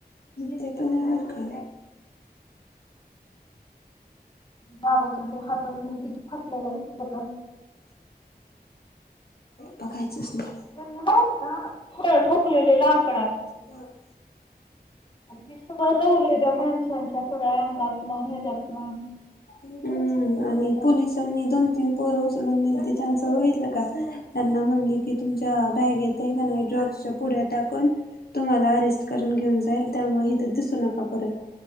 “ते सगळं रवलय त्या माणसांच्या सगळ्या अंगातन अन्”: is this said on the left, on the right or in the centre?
Left